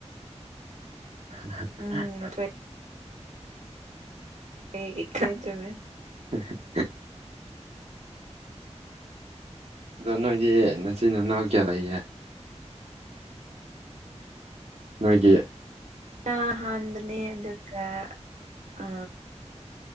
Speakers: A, on the right; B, on the right.
A: <unintelligible>
B: ꯎꯝ ꯉꯁꯥꯏ ꯑꯩ ꯒꯤ ꯈꯟꯇꫪꯃꯦ
A: ꯍ <unintelligible> ꯑꯗꯣ ꯅꯣꯏꯗꯤ ꯅꯆꯤꯟꯅꯥꯎ ꯀꯌꯥ ꯂꯩꯒꯦ ꯅꯣꯏꯒꯤ
B: ꯑ ꯑꯥꯍꯥꯟꯕꯅꯦ ꯑꯗꯨ ꯒꯥ ꯑ